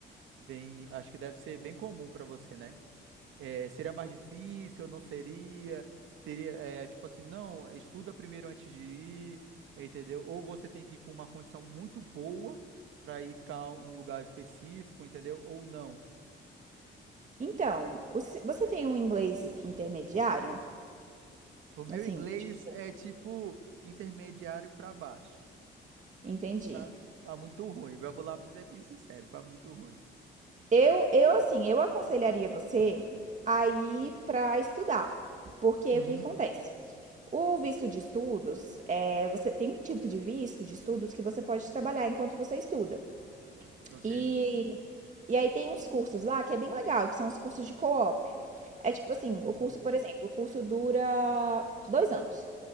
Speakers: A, on the right; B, on the right.
A: bem, acho que deve ser bem comum para você, né? É, seria mais difícil, não seria? Teria, é, tipo assim, não, estuda primeiro antes de ir, entendeu? Ou você tem que ir com uma condição muito boa para ir ficar um lugar específico, entendeu? Ou não.
B: Então, você tem um inglês intermediário?
A: O meu
B: Assim,
A: inglês
B: tipo,
A: é tipo intermediário para baixo.
B: entendi.
A: Pra, pra muito ruim. Vamos lá, pra ser bem sincero, para muito ruim.
B: Eu, eu assim, eu aconselharia você a ir pra estudar. Porque
A: Uhum,
B: o que que acontece? O visto de estudos, é, você tem um tipo de visto de estudos que você pode trabalhar enquanto você estuda.
A: ok.
B: E, e aí tem uns cursos lá que é bem legal, que são os cursos de co-op. É tipo assim,
A: Uhum,
B: o curso, por exemplo, o curso dura dois anos